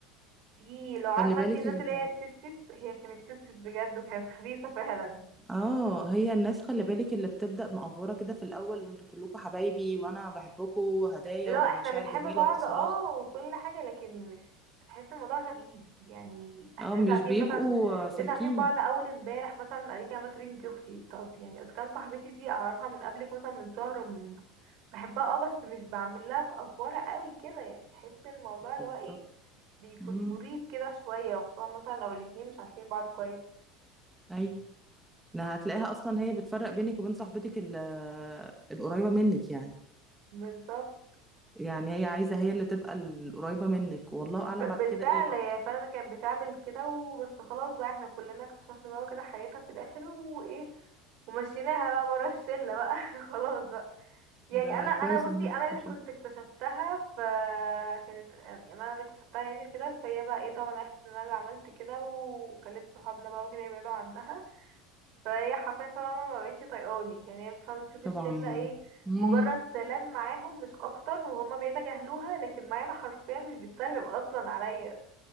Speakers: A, on the right; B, in the centre.
A: دي لو عارفة
B: خلي بالك
A: انتي الناس
B: ال...
A: اللي هي التستس هي كانت تستس بجد وكانت خبيثة فعلا
B: اه هي الناس خلي بالك اللي بتبدأ مقفورة كده في الاول وانتوا كلكم حبايبي وانا بحبكم وهدايا
A: لا
B: ومشاعر
A: احنا بنحب
B: جميلة
A: بعض
B: واتصالات
A: اه وكل حاجة لكن مش بحس الموضوع غريب يعني احنا
B: اه مش
A: لسه عارفين
B: بيبقوا
A: مثلا
B: سالكين
A: لسه عارفين بعض اول امبارح مثلا قالت لي ما تقولي انتي اختي طب يعني اذا كان صاحبتي دي اعرفها من قبلك مثلا من شهر وم- بحبها اه بس مش بعمل لها بأفورة قوي كده يعني بحس ان الموضوع اللي
B: بالظبط
A: هو ايه بيكون
B: مم.
A: مريب كده شوية وخصوصا مثلا لو الاتنين مش عارفين بعض كويس
B: ايوه إنها هتلاقيها اصلا هي بتفرق بينك وبين صاحبتك ال- القريبه منك يعني
A: بالظبط
B: يعني هي عايزه هي اللي تبقى القريبه منك والله اعلم
A: ف- بالفعل
B: بعد كده ايه برضه
A: هي فعلا كانت بتعمل كده وبس خلاص بقى احنا كلنا اكتشفنا بقى كده حياتها في الاخر وايه ومشيناها بقى ورا الشلة بقى <laughs> خلاص بقى يعني
B: ده
A: انا
B: كويس
A: انا بصي
B: ان انت
A: انا
B: استشرت
A: اللي كنت اكتشفتها فكانت يعني انا اللي اكتشفتها يعني كده فهي بقى ايه طبعا عرفت ان انا اللي عملت كده وخليت صحابنا بقى وكده يبعدوا عنها فهي حرفيا طبعا ما بقتش طايقاني يعني هي فاهمة تشوف الشلة
B: طبعا
A: ايه
B: امم
A: مجرد سلام معاهم مش اكتر وهما بيتجاهلوها لكن معايا انا حرفيا مش بتسلم اصلا عليا